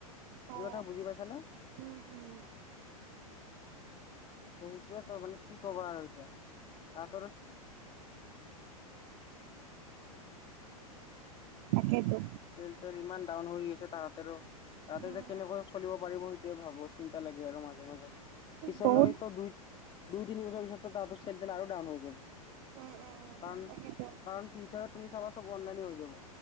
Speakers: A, on the right; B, on the left.
A: অ
B: সেইটো কথা বুজি পাইছানে।
A: উম উম
B: সেইটোৱে তো মানে কি কব আৰু এতিয়া তাতৰ।
A: তাকেইেতো।
B: চেল তেল ইমান ডাউন হৈ গৈছে তাহাঁতেৰো তাহতে
A: উম
B: যে কেনেকৈ চলিব পাৰিব সেইটয়ে ভাবো চিন্তা। লাগে আৰু মাজে মাজে পিছলৈ
A: বহুত
B: তো দুই দুই তিনি বছৰ পিছতো তাত। চেল তেল আৰু ডাউন হৈ যাব।
A: উম উম
B: কাৰণ
A: তাকেইতো
B: কাৰণ ফিউচাৰত তুমি চবা চব অনলাইনে হৈ যাব।